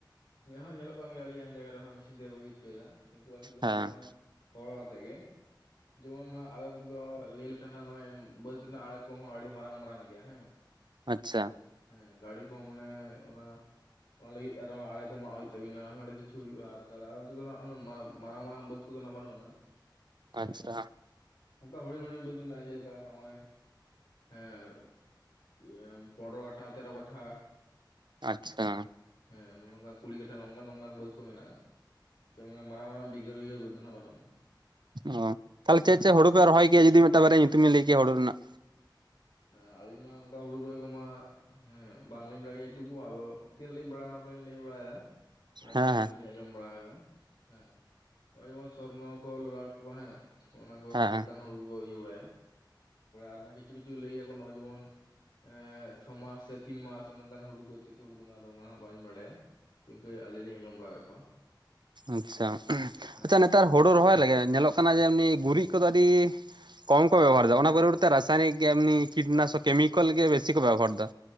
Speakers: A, on the left (about 70°); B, on the right (about 70°).
A: ᱧᱮᱞ ᱦᱚᱸ ᱧᱮᱞᱚᱜ ᱠᱟᱱ ᱜᱮᱭᱟ ᱟᱹᱰᱤ ᱜᱟᱱ ᱡᱟᱭᱜᱟ ᱨᱮᱦᱚᱸ ᱢᱮᱥᱤᱱ ᱛᱮ ᱠᱚ ᱤᱨ ᱦᱚᱪᱚᱭᱮᱫᱟ ᱠᱤᱱᱛᱩ ᱟᱞᱮ ᱥᱮᱫ ᱫᱚ
B: ᱦᱮᱸ
A: ᱦᱟᱸᱜ ᱱᱚᱼᱚᱭ ᱦᱚᱲ ᱟᱛᱮᱜ ᱜᱮ ᱡᱮᱢᱚᱱ ᱦᱟᱜ ᱟᱞᱮ ᱫᱚ ᱞᱟᱹᱭ ᱞᱮᱠᱷᱟᱱ ᱱᱚᱼᱚᱭ ᱵᱟᱹᱫᱽ ᱨᱮᱱᱟᱜ ᱟᱲᱮ ᱠᱚᱦᱚᱸ ᱟᱹᱰᱤ ᱢᱟᱨᱟᱝ ᱢᱟᱨᱟᱝ ᱜᱮᱭᱟ ᱦᱮᱸ
B: ᱟᱪᱪᱷᱟ
A: ᱛᱚ ᱦᱮᱸ ᱜᱟᱹᱲᱤ ᱠᱚᱦᱚᱸ ᱢᱟᱱᱮ ᱚᱱᱟ, ᱚᱱᱟ ᱞᱟᱹᱜᱤᱫ ᱛᱮ ᱟᱨᱦᱚᱸ ᱟᱲᱮ ᱠᱚ ᱢᱟᱜ ᱦᱩᱭᱩᱜ ᱛᱟᱵᱤᱱᱟ ᱟᱹᱰᱤ ᱠᱤᱪᱷᱩ ᱦᱩᱭᱩᱜᱼᱟ ᱛᱟᱦᱞᱮ ᱟᱨ ᱚᱱᱛᱮ ᱫᱚ ᱦᱟᱸᱜ ᱢᱟᱨᱟᱝ ᱢᱟᱨᱟᱝ ᱵᱟᱹᱫᱽ ᱠᱚᱫᱚ ᱱᱦᱟᱜ ᱵᱟᱹᱱᱩᱜ ᱟᱱᱟ ᱢᱟᱱᱮᱜ
B: ᱟᱪᱪᱷᱟ
A: ᱚᱱᱠᱟ ᱦᱩᱰᱤᱧ ᱦᱩᱰᱤᱧ ᱵᱟᱹᱫᱽ ᱢᱮᱱᱟᱜᱼᱟ ᱡᱮᱞᱮᱠᱟ ᱱᱚᱜᱼᱚᱭ ᱦᱮᱸ ᱯᱚᱱᱨᱚ ᱠᱟᱴᱷᱟ ᱛᱮᱨᱚ ᱠᱟᱴᱷᱟ
B: ᱟᱪᱪᱷᱟ
A: ᱦᱮᱸ ᱱᱚᱝᱠᱟ ᱠᱩᱲᱤ ᱠᱟᱴᱷᱟ ᱱᱚᱝᱠᱟᱱ ᱱᱚᱝᱠᱟᱱ ᱵᱟᱹᱫᱽ ᱠᱚ ᱢᱮᱱᱟᱜᱼᱟ ᱡᱮᱢᱚᱱ ᱢᱟᱨᱟᱝ ᱢᱟᱨᱟᱝ ᱵᱤᱜᱷᱟᱹ ᱵᱤᱜᱷᱟᱹ ᱵᱟᱹᱫᱽ ᱫᱚ ᱦᱟᱜ ᱵᱟᱹᱱᱩᱜ ᱟᱱᱟ
B: ᱚ ᱛᱟᱦᱚᱞᱮ ᱪᱮᱫ
A: ᱦᱮᱸ
B: ᱪᱮᱫ ᱦᱩᱲᱩ ᱯᱮ ᱨᱚᱦᱚᱭ ᱠᱮᱭᱟ ᱡᱩᱫᱤ ᱢᱤᱫᱴᱟᱝ ᱵᱟᱨᱭᱟ ᱧᱩᱛᱩᱢ ᱵᱤᱧ ᱞᱟᱹᱭ ᱠᱮᱭᱟ ᱦᱩᱲᱩ ᱨᱮᱱᱟᱜ
A: ᱦᱮᱸ ᱟᱞᱤᱧ ᱢᱟ ᱚᱱᱠᱟ ᱦᱩᱲᱩ ᱨᱚᱦᱚᱭ ᱠᱚᱢᱟ ᱦᱮᱸ ᱵᱟᱝᱞᱤᱧ ᱵᱟᱲᱟᱭ ᱜᱮᱭᱟ ᱧᱩᱛᱩᱢ ᱠᱚ ᱟᱫᱚ ᱛᱤᱱᱟᱹᱜ ᱞᱤᱧ ᱵᱟᱲᱟᱭᱟ ᱚᱱᱟ ᱠᱚᱞᱤᱧ ᱞᱟᱹᱭ ᱵᱟᱲᱟᱭᱟ ᱢᱟᱱᱮ
B: ᱦᱮᱸ
A: ᱡᱟᱦᱟᱸ ᱛᱤᱱᱟᱹᱜ ᱞᱤᱧ ᱟᱸᱡᱚᱢ ᱵᱟᱲᱟ ᱟᱠᱟᱫᱟ ᱦᱮᱸ ᱱᱚᱜᱼᱚᱭ ᱡᱮᱢᱚᱱ ᱥᱚᱨᱱᱚ ᱠᱚ ᱞᱚᱞᱟᱴ ᱠᱚ ᱦᱮᱸ ᱚᱱᱟ ᱠᱚ
B: ᱦᱮᱸ
A: ᱱᱚᱝᱠᱟᱱ ᱦᱚᱲᱩ ᱠᱚᱠᱚ ᱤᱭᱟᱹ ᱵᱟᱲᱟᱭᱟ ᱟᱨ ᱠᱤᱪᱷᱩ ᱠᱤᱪᱷᱩ ᱞᱟᱹᱭ ᱜᱮᱭᱟ ᱠᱚ ᱱᱚᱭ ᱡᱮᱢᱚᱱ ᱮ ᱪᱷᱚ ᱢᱟᱥ ᱥᱮ ᱛᱤᱱ ᱢᱟᱥ ᱩᱱᱚᱜᱟᱱ ᱦᱩᱲᱩ ᱠᱚ ᱪᱮᱫ ᱦᱩᱲᱩ ᱠᱟᱱᱟ ᱟᱫᱚ ᱚᱱᱟ ᱵᱟᱹᱞᱤᱧ ᱵᱟᱲᱟᱭᱟ ᱱᱤᱱᱠᱟᱹ ᱟᱞᱤᱧ ᱞᱤᱧ ᱟᱸᱡᱚᱢ ᱵᱟᱲᱟ ᱟᱠᱟᱜ ᱠᱚᱣᱟ
B: ᱟᱪᱪᱷᱟ
A: ᱦᱮᱸ
B: ᱟᱪᱪᱷᱟ ᱱᱮᱛᱟᱨ ᱦᱩᱲᱩ ᱨᱚᱦᱚᱭ ᱨᱮᱜᱮ ᱧᱮᱞᱚᱜ ᱠᱟᱱᱟ ᱡᱮ ᱜᱩᱨᱤᱡ ᱠᱚᱫᱚ ᱟᱹᱰᱤ ᱠᱚᱢ ᱠᱚ ᱵᱮᱵᱚᱦᱟᱨᱫᱟ ᱚᱱᱟ ᱯᱚᱨᱤᱵᱚᱨᱛᱮ ᱨᱟᱥᱟᱭᱱᱤᱠ ᱮᱢᱱᱤ ᱠᱤᱴᱱᱟᱥᱚᱠ ᱠᱮᱢᱤᱠᱮᱞ ᱜᱮ ᱵᱮᱥᱤ ᱠᱚ ᱵᱮᱵᱚᱦᱟᱨᱮᱫᱟ